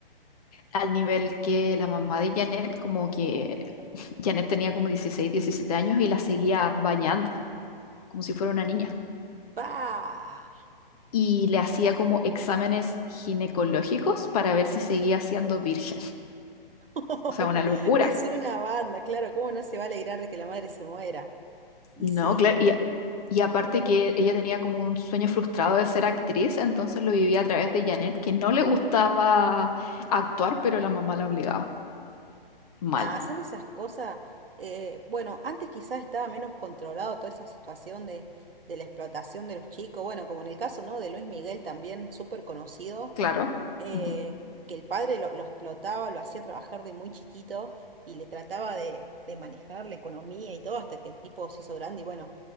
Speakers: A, on the left; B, on the right.
A: Al nivel que la mamá de Janet, como que Janet tenía como 16, 17 años y la seguía bañando, como si fuera una niña.
B: pa.
A: y le hacía como exámenes ginecológicos para ver si seguía siendo virgen.
B: <laughs>
A: O sea, una locura.
B: Es una banda, claro, ¿cómo no se va a alegrar de que la madre se muera? Y
A: No,
B: sí,
A: claro. Y, y aparte que ella tenía como un sueño frustrado de ser actriz, entonces lo vivía a través de Janet, que no le gustaba actuar, pero la mamá la obligaba. Mal,
B: nada, son esas cosas, eh, bueno, antes quizás estaba menos controlado toda esa situación de, de la explotación de los chicos, bueno, como en el caso, ¿no? de Luis Miguel también, súper conocido
A: claro.
B: eh,
A: Ujú.
B: que el padre lo, lo explotaba, lo hacía trabajar de muy chiquito y le trataba de, de manejar la economía y todo hasta que el tipo se hizo grande y bueno,